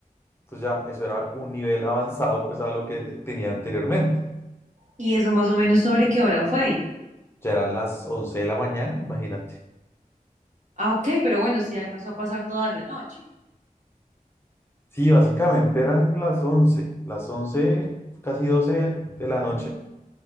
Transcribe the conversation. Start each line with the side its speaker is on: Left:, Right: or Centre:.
Left: Entonces ya eso era un nivel avanzado pues a lo que tenía anteriormente.
Right: Y eso más o menos sobre qué hora fue.
Left: Ya eran las 11 de la mañana, imagínate.
Right: Ah, ok, pero bueno, sí alcanzó a pasar toda la noche.
Left: Sí, básicamente eran las once las once casi 12 de la noche.